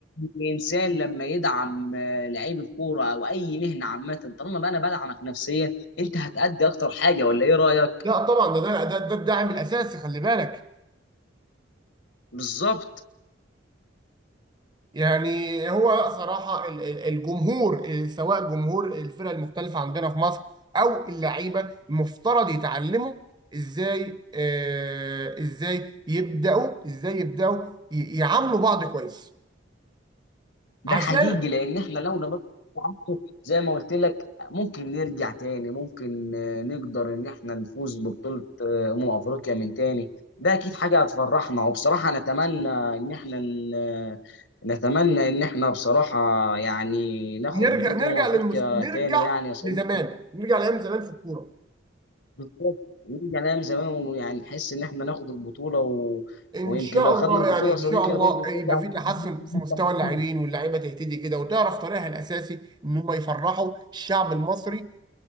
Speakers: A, on the left; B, on the right.
A: الانسان لما يدعم آه، لعيب الكوره او اي مهنه عامه طالما بقى انا بدعمك نفسيا انت هتأدي اكتر حاجه ولا ايه رايك؟
B: لا طبعا ده ده ده, ده الدعم الاساسي خلي بالك
A: بالظبط
B: يعني هو لا صراحه ال- ال- الجمهور إيه، سواء جمهور الفرق المختلفه عندنا في مصر او اللعيبه مفترض يتعلموا ازاي آه ازاي يبداوا ازاي يبداوا ي- يعاملوا بعض كويس
A: ده
B: عشان
A: حقيقي لان احنا لو نبطل التعصب زي ما قلت لك ممكن نرجع تاني ممكن آه، نقدر ان احنا نفوز ببطوله آه، امم افريقيا من تاني ده اكيد حاجه هتفرحنا وبصراحه نتمنى ان احنا ن- نتمنى ان احنا بصراحه يعني ناخد
B: نرجع
A: بطوله
B: نرجع
A: امم افريقيا
B: للمس... نرجع
A: تاني يعني يا صديقي
B: لزمان نرجع لايام زمان في الكوره
A: بالظبط ونرجع لأيام زمان ويعني نحس إن إحنا ناخد البطولة و...
B: ان
A: ويمكن
B: شاء
A: لو خدنا
B: الله
A: البطولة
B: يعني
A: يا
B: ان
A: صديقي
B: شاء الله
A: نروح نشجع
B: يبقى في تحسن
A: منتخب
B: في مستوى اللاعبين
A: مصر.
B: واللعيبه تهتدي كده وتعرف طريقها الاساسي ان هم يفرحوا الشعب المصري